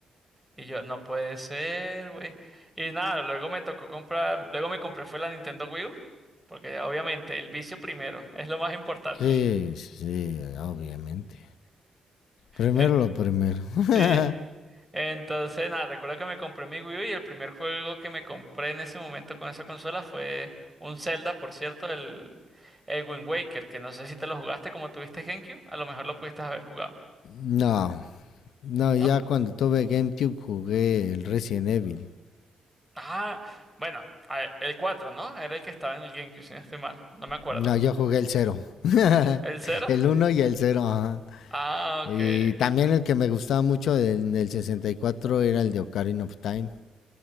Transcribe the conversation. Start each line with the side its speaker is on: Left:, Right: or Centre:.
Centre: Y yo, no puede ser, güey. Y nada, luego me tocó comprar, luego me compré fue la Nintendo Wii U, porque obviamente el vicio primero <laughs> es lo más importante.
Left: Sí,
Centre: <laughs>
Left: sí, sí, obviamente. Primero
Centre: Eh,
Left: lo primero. <laughs>
Centre: sí. Entonces, nada, recuerdo que me compré mi Wii U y el primer juego que me compré en ese momento con esa consola fue un Zelda, por cierto, el, el Wind Waker, que no sé si te lo jugaste como tuviste GameCube, a lo mejor lo pudiste haber jugado,
Left: no, no, ya
Centre: ¿no?
Left: cuando tuve GameCube jugué el Resident Evil.
Centre: Ah, bueno, a ver, el cuatro ¿no? Era el que estaba en el GameCube, si no estoy mal, no me acuerdo.
Left: No, yo jugué el cero, <laughs>
Centre: ¿El cero
Left: el uno y el 0.
Centre: Ah, ok,
Left: Y
Centre: ok.
Left: también el que me gustaba mucho del, del 64 era el de Ocarina of Time,